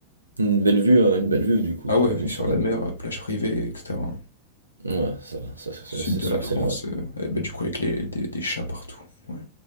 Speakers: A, on the right (about 80°); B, on the left (about 75°).
A: Une belle vue, euh, une belle vue, du coup,
B: Ah
A: j'imagine,
B: ouais, vue sur
A: sur
B: la
A: la...
B: mer, euh, plage privée, etc.
A: Ouais, ça, ça, ça,
B: Sud
A: ça, c'est
B: de
A: sûr
B: la France,
A: que c'est le rêve.
B: euh, euh, bah, du coup avec les, des, des chats partout. ouais.